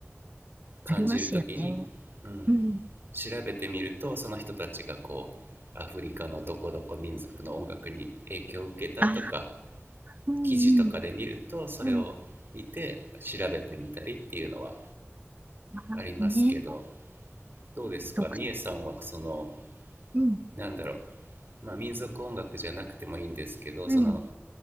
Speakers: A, on the right; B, on the right.
A: 感じるときに、
B: ありますよね。
A: うん、
B: うん。
A: 調べてみるとその人たちがこうアフリカのどこどこ民族の音楽に影響を受けたとか
B: ああ、うん、
A: 記事とかで見るとそれを見て調べてみたりっていうのは
B: うん、うん。あーね、
A: ありますけどどうですかみえさんはその
B: 独特、うん、
A: なんだろうまあ民族音楽じゃなくてもいいんですけどその
B: うん。